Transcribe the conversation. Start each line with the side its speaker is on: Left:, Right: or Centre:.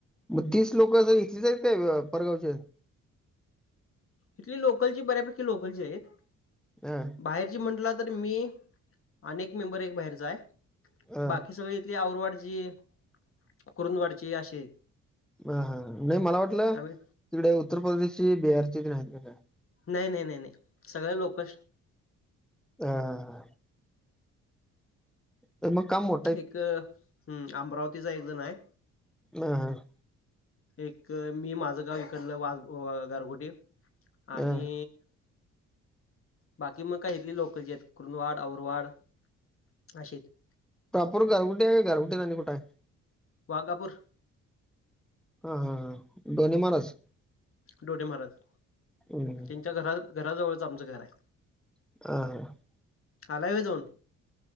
Centre: मग तीस लोक अस इथलेच आहेत? काय परगावची
Left: इथली लोकल ची बऱ्यापैकी, लोकल ची आहेत.
Centre: हा! !
Left: बाहेरची म्हटला तर मी, अनेक मेंबर एक बाहेरचा आहे
Centre: हा
Left: बाकी सगळे तली आवरवड ज करून कुरूद वाढची अशी!
Centre: हा! हा नाही मला वाटलं!
Left: आम्ही
Centre: तिकडे उत्तर प्रदेशची बिहार आहेत का काय?
Left: नाही! नाही! नाही! नाही! सगळ लोक
Centre: हा! ! तर मग काम मो
Left: एक, हम् अमरावतीचा एक जण हाय.
Centre: ह, हा.
Left: एक मी माझं गाव इकडलं वाघ, गारगोटी आणि
Centre: हा
Left: बाकी मग काही इथली लोकलची हाईत, कृंदवाड औरवाड अशी हाईत.
Centre: प्राप्पर गारगुठी हाय का गारगुटीत आणि कुठ हाय?
Left: वाघापूर.
Centre: हा, हा, हां ढोणे महाराज.
Left: डोडेे महाराज.
Centre: हम्.
Left: त्यांच्या घरा- घराजवळच आमचं घर हाय.
Centre: आता ह.
Left: आलाय व्हय जाऊन?